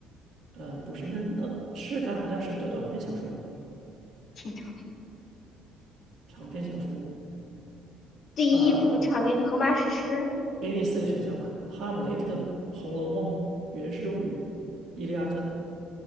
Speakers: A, on the right (about 50°); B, on the left (about 50°).
A: 呃，不是，那那《诗坛》好像是短短篇小说吧？
B: 挺长篇的，
A: 长篇小说，
B: 第一部长篇《荷马史诗》，
A: 呃，给你四个选项吧：《哈姆雷特》《红楼梦》《源氏物语》《伊利亚特》。